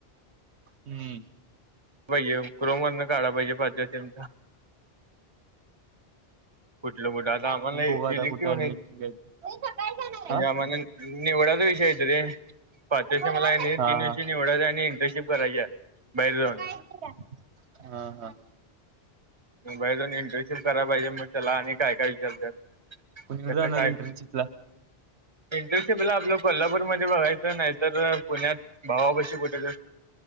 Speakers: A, on the right (about 85°); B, on the right (about 30°).
A: हम्म
B: ते क्रोमवरन काढाय पाहिजे पाचव्या सीमचा कुठलं कुठ आता आम्हाला
A: मी बघू आता
B: इलेक्टिव्ह
A: कुठे ऍडमिशन
B: आहे म्हणजे
A: घ्यायचं हा
B: आम्हाला निवडायचं विषय आहेत रे पाचव्या
A: हा
B: सेमला का नई तीन विषय निवडायच आणि इंटर्नशिप करायची आहे बाहेर जाऊन
A: हा हा हा.
B: बाहेर जाऊन इंटर्नशिप कराया पाहिजे मग त्याला आणि काय काय विचारत्यात.
A: कुणीकडे
B: त्याच
A: जाणार
B: काय
A: इंटर्नशिपला
B: इंटर्नशिपला आपलं कोल्हापूरमध्ये बघायचं नाहीतर पुण्यात भावापशी कुठे तर